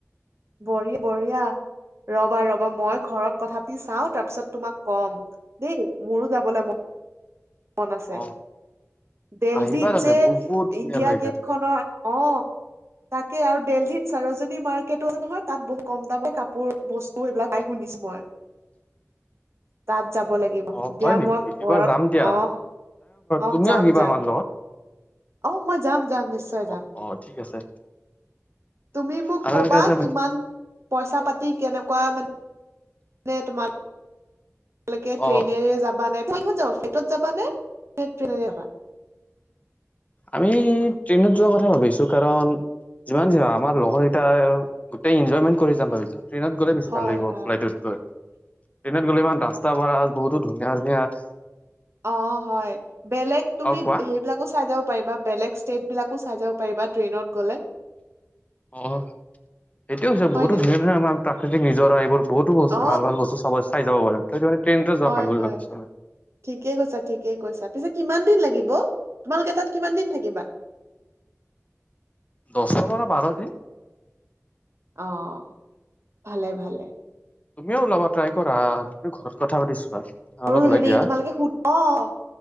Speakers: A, on the right; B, on the left.
A: বঢ়ি-বঢিয়া। ৰ'বা, ৰ'বা মই ঘৰত কথাাপাতি চাওঁ, তাৰপিছত তোমাক কম দেই, মোৰো যাবলৈ মন মন আছে,
B: অ
A: দেলহিত
B: আহিবা তাতে
A: যে
B: বহুত ধুনীয়া
A: ইণ্ডিয়া
B: লাগে
A: গেটখনৰ অ' তাকে আৰু দেলহিত চাৰ'জনী মাৰ্কেটো <unintelligible> নহয়, তাত বহুত কম দামে কাপোৰ বস্তু <unintelligible>
B: অ
A: পাই শুনিছোঁ মই। তাত যাব লাগিব,
B: অ
A: দিয়া
B: হয় নেকি
A: মই
B: এইবাৰ
A: ঘৰত
B: যাম দিয়া
A: অ', অ',
B: তুমিও
A: যাম,
B: আহিবা
A: যাম।
B: আমাৰ লগত
A: অ', মই যাম, যাম নিশ্চয়
B: অ
A: যাম।
B: অ', ঠিক আছে।
A: তুমি মোক
B: আৰু
A: ক'বা,
B: এনেকে যে
A: কিমান পইচা পাতি কেনেকুৱা মানে <unintelligible> তোমাৰ লোকে ট্ৰেইনেৰে
B: অ
A: যাবা নে, কিহত যাবা? ফ্লাইটত যাবা নে ট্ৰেইনেৰে যাবা?
B: আমি ট্ৰেইনত যোৱাৰ কথা ভাবিছোঁ কাৰণ যিমান যি আমাৰ লগৰকিটাই গোটেই এনজয়মেন্ট কৰি যাম ভাবিছোঁ। ট্ৰেইনত গ'লে বেছি
A: হয়
B: ভাল লাগিব
A: হয়
B: ফ্লাইটতকৈ, ট্ৰেইনত গ'লে ইমান ৰাস্তা <unintelligible> বহুতো ধুনীয়া <inaudible>
A: অ', হয়, বেলেগ তুমি
B: অ কোৱা
A: হেৰি বিলাকো চাই যাব পাৰিবা, বেলেগ ষ্টেট বিলাকো চাই যাব পাৰা ট্ৰেইনত গ'লে।
B: অ', সেইটোৱে হৈছে
A: হয়
B: বহুতো
A: নাই
B: ধুনীয়া, ধুনীয়া আমাৰ প্ৰাকৃতিক নিজৰা এইবোৰ বহুতো বস্তু
A: অ
B: ভাল, ভাল বস্তু চ-চাই যাব পাৰিম <unintelligible>
A: হয়,
B: ভাল বুলি
A: হয়,
B: ভাবিছো মই।
A: ঠিকে কৈছা, ঠিকে কৈছা। পিছে কিমান দিন লাগি ব তোমালোকে তাত কিমান দিন থাকিবা?
B: দছৰ পৰা বাৰ দিন।
A: অ', ভালে, ভালে।
B: তুমিও ওলাবা ট্ৰাই কৰা, তুমি ঘৰত কথা পাতি চোৱা। অলপ
A: অ',
B: ওলাই
A: হেৰি
B: দিয়া
A: তোমালোকে <unintelligible> অ',